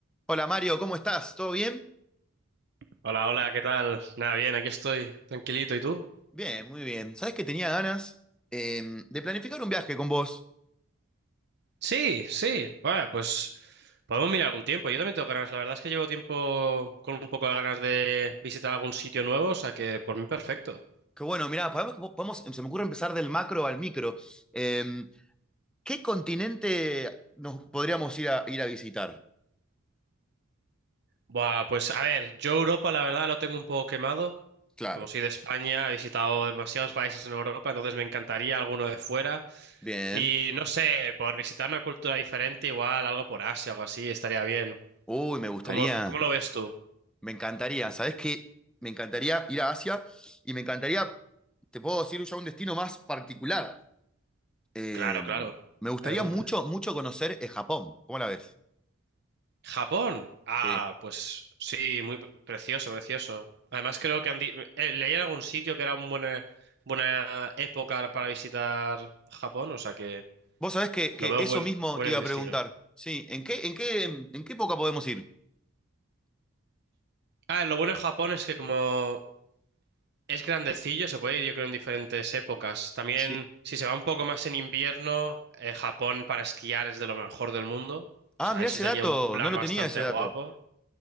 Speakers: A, in the centre; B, on the right (about 50°).
A: Hola Mario, ¿cómo estás? ¿Todo bien?
B: Hola, hola, ¿qué tal? Nada, bien, aquí estoy, tranquilito. ¿Y tú?
A: Bien, muy bien. ¿Sabés que tenía ganas eh, de planificar un viaje con vos?
B: Sí, sí. Bueno, pues podemos mirar algún tiempo. Yo también tengo ganas. La verdad es que llevo tiempo con un poco de ganas de visitar algún sitio nuevo, o sea que por mí perfecto.
A: Que bueno, mirá, podemos, podemos- se me ocurre empezar del macro al micro. Eh, ¿qué continente nos podríamos ir a, ir a visitar?
B: Buah, pues a ver, yo Europa la verdad lo tengo un poco quemado.
A: Claro.
B: Como soy de España, he visitado demasiados países en Europa, entonces me encantaría alguno de fuera.
A: Bien.
B: Y no sé, por visitar una cultura diferente, igual algo por Asia, algo así, estaría bien.
A: Uy, me gustaría,
B: ¿Cómo, cómo lo ves tú?
A: me encantaría. ¿Sabés qué? Me encantaría ir a Asia y me encantaría, te puedo decir ya un destino más particular. Eh,
B: Claro, claro.
A: me gustaría
B: Adelante.
A: mucho, mucho conocer eh, Japón. ¿Cómo la ves?
B: Japón. Ah,
A: Sí.
B: pues sí, muy pre- precioso, precioso. Además creo que han di- eh, leí en algún sitio que era una buena, buena época para visitar Japón, o sea que
A: Vos sabés que, que
B: lo veo
A: eso
B: buen,
A: mismo
B: buen
A: te iba a
B: destino.
A: preguntar. Sí, ¿en qué, en qué, en qué época podemos ir?
B: Ah, lo bueno de Japón es que como es grandecillo, se puede ir yo creo en diferentes épocas. También
A: Sí.
B: si se va un poco más en invierno, eh, Japón para esquiar es de lo mejor del mundo.
A: Ah,
B: O sea,
A: mirá
B: eso
A: ese
B: sería
A: dato,
B: un plan
A: no lo
B: bastante
A: tenía ese dato.
B: guapo.